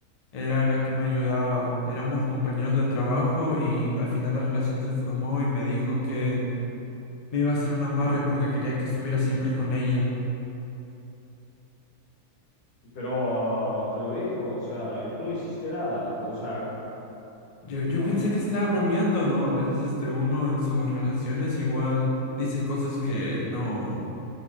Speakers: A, on the left; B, on the left.
A: era la que me ayudaba. Éramos compañeros de trabajo y al final la relación se formó y me dijo que me iba a hacer un amarre porque quería que estuviera siempre con ella.
B: Pero ah, te lo dijo, o sea, y tú no hiciste nada, o sea,
A: Yo, yo
B: no,
A: pensé
B: n-
A: que estaba bromeando, ¿no? A veces este uno en sus relaciones igual dice cosas que no.